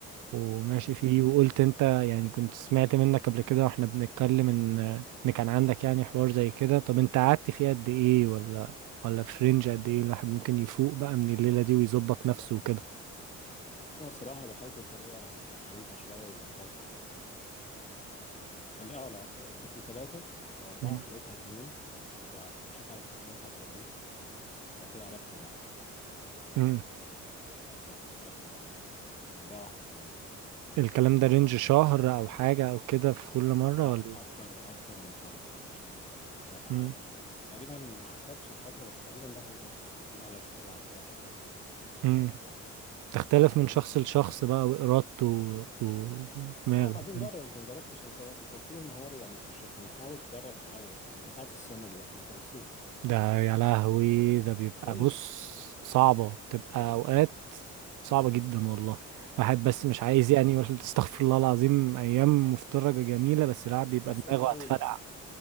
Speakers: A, on the right; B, on the left.
A: وماشي
B: اه
A: فيه وقلت انت يعني كنت سمعت منك قبل كده واحنا بنتكلم ان ان كان عندك يعني حوار زي كده طب انت قعدت فيه قد ايه ولا ولا في رينج قد ايه الواحد ممكن يفوق بقى من الليله دي ويظبط نفسه وكده
B: انا بصراحه دخلت بطريقه يعني عنيفه شويه وبطلت يعني خلي اه لا كنت ثلاثه او اربعه
A: مم.
B: خليتها اتنين ومشيت على اتنين فتره طويله بعد كده قلبت الواحد
A: مم.
B: بس قلبت الواحد كوبايه واحده في اليوم
A: الكلام ده رينج
B: سواء بالنهار
A: شهر او حاجه او كده في كل مره
B: لا
A: ولا
B: اكتر اكتر من شهر بصراحه مش هكدب عليك يعني انا ه-
A: مم.
B: أنا تقريبا ما حسبتش الفتره بس تقريبا دخلت مش فيما لا يقل عن ثلاث شهور
A: مم. تختلف
B: تمام
A: من شخص لشخص بقى وإرادته و- ودماغه
B: اه وبعدين
A: كده
B: جرب انت ما جربتش انت انت طول النهار يعني بتشرب فما حاول تجرب تغير شويه انت ساعات الصيام اللي بيحصل ما انت بتصوم صح
A: ده يا لهوي ده بيبقى
B: ما تعيش
A: بص صعبة بتبقى أوقات صعبة جدا والله الواحد بس مش عايز يعني يقول <laughs> استغفر الله العظيم أيام مفترجة جميلة بس لا بيبقى
B: بس
A: دماغه
B: انت اول
A: هتفرقع